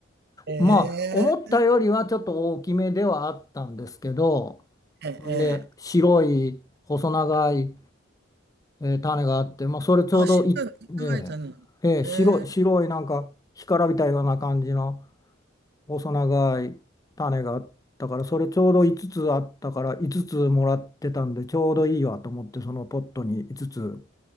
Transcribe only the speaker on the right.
ええ
ええええ
あ、知らない、知らない、
となええ